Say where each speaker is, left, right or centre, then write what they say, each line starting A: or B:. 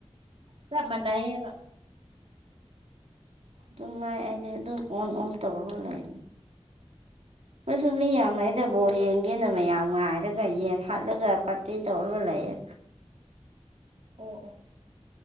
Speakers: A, on the right; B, on the right.
A: ꯆ ꯃꯅꯌꯦꯦ ꯑꯃ
B: ꯑꯗꯨ ꯃꯥꯏꯒꯦ ꯑꯗꯨꯝ ꯑꯣꯟ ꯑꯣꯐ ꯇꯧꯔ ꯂꯩꯅꯤ ꯑꯣꯏꯁꯨ ꯃꯤ ꯌꯥꯝ ꯍꯥꯏꯗꯕꯣꯔ
A: ꯑꯗꯣ
B: ꯌꯦꯡꯒꯦꯅ ꯃꯌꯥꯝ ꯅꯨꯡ ꯉꯥꯏꯔꯒ ꯌꯦꯟ ꯍꯥꯠꯂꯒ ꯄꯥꯔꯇꯤ ꯇꯧꯔꯒ ꯂꯩꯌꯦ
A: ꯑꯣ ꯑꯣ